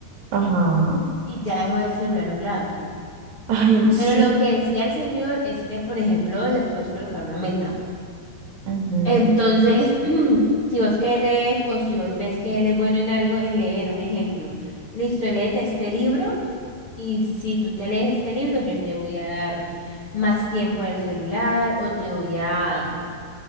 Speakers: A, on the right; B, on the left.
A: ajá,
B: Y ya dejó el celular a un lado.
A: <laughs> ay, sí,
B: Pero lo que decía el señor es que, por ejemplo, le puedes colocar una meta.
A: ujú.
B: Entonces, <clears throat> si vos querés o si vos ves que él es bueno en algo, en leer un ejemplo. Listo, léete este libro y si tú te lees este libro, yo te voy a dar más tiempo en el celular o te voy a,